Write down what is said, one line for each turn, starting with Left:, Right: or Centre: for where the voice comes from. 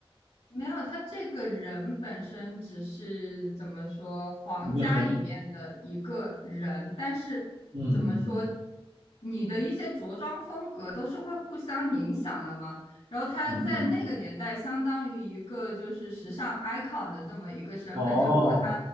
Left: 没有，他这个人本身只是怎么说，皇家里面的一个人，
Right: 一个很，
Left: 但是怎么说，
Right: 嗯嗯
Left: 你的一些着装风格都是会互相影响的嘛。然后他在那个年代，
Right: 嗯嗯，
Left: 相当于一个就是时尚 icon 的这么一个身份。
Right: 哦
Left: 就如果他